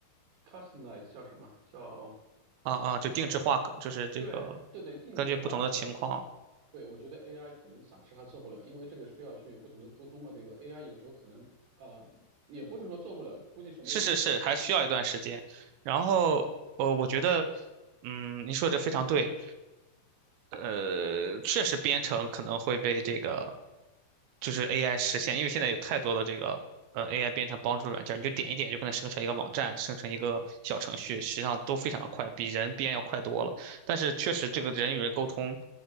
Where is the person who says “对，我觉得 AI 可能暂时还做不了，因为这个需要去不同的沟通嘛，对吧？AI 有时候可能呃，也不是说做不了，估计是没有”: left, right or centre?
Right